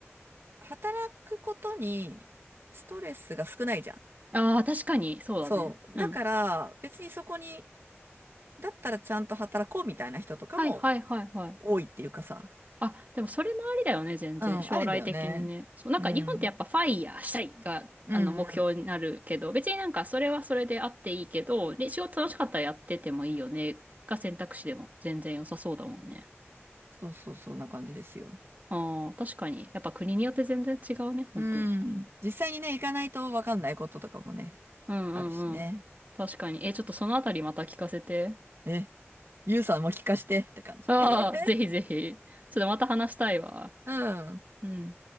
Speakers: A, on the right; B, on the right.
A: う。働くことにストレスが少ないじゃん。
B: ああ、確かに、そうだね。
A: そう。
B: うん。
A: だから別にそこに、だったらちゃんと働こうみたいな人とかも
B: はいはいはいはい。
A: 多いっていうかさ。
B: あ、でもそれもありだよね、全然。
A: うん、
B: 将来的にね。
A: ありだよね。
B: そう、なんか日本ってやっぱファイヤーしたいが、
A: うん。うんうん。
B: あの、目標になるけど、別になんかそれはそれであっていいけど、で、仕事楽しかったらやっててもいいよね、が選択肢でも全然良さそうだもんね。
A: そうそう、そんな感じですよ。
B: ああ、確かに。やっぱ国によって全然違うね、本当に。
A: うん。実際にね、行かないと分かんないこととかもね、
B: うんうんうん。
A: あるしね。
B: 確かに。え、ちょっとそのあたりまた聞かせて。
A: え、ゆうさんも聞かしてって感じ。
B: ああ、
A: <laughs>
B: ぜひぜひ。ちょっとまた話したいわ。
A: うん。
B: うん。